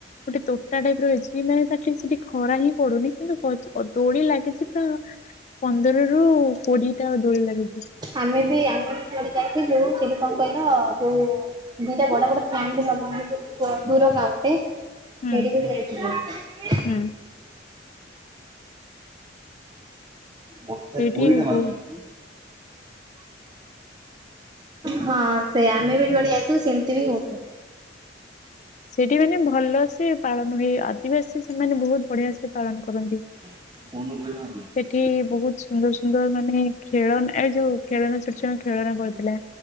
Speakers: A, on the left; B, on the right.
A: ଗୋଟେ ତୋଟା ଟାଇପ ର ହେଇଛି ମାନେ ତା ସେଠି ସେଠି ଖରା ହିଁ ପଡୁନି କିନ୍ତୁ ହ ଦୋଳି ଲାଗିଛି ପୁରା ପନ୍ଦରରୁୁ କୋଡିଏ ଟା ଦୋଳି ଲାଗି
B: ଆମେ ବି ଆମେ ବି ଯୁଆଡେ ଯାଇଥିଲୁ ଯୋଉ ସେଠି କଣ କହିଲ ଯୋଉ ଦିଟା ବଡ ବଡ ଫ୍ୟାନ <unintelligible> ଦୂର ଗାଁ ଗୋଟେ। ସେଠିକି
A: ହୁଁ
B: ବି ଯାଇଥିଲୁ।
A: ହୁଁ।
B: ମତେ
A: ସେଇଠି
B: ଗୋଇଠା
A: ବହୁ
B: ମାରୁଚନ୍ତି। ହଁ ସେ ଆମେ ବି ଯୁଆଡ଼େ ଯାଇଥିଲୁ ସେମିତି ବି ହଉଥିଲା।
A: ସେଇଠି ମାନେ ଭଲ ସେ ପାଳନ ହୁଏ ଆଦିବାସୀ ସେମାନେ ବହୁତ ବଢିଆ ସେ ପାଳନ କରନ୍ତି।
B: <unintelligible>
A: ଏଠି ବହୁତ ସୁନ୍ଦର ସୁନ୍ଦର ମାନେ ଖେଳନା ଏଇ ଯୋଉ ଖେଳନା ଛୋଟ ଛୁଆଙ୍କ ଖେଳନା ପଡିଥିଲା।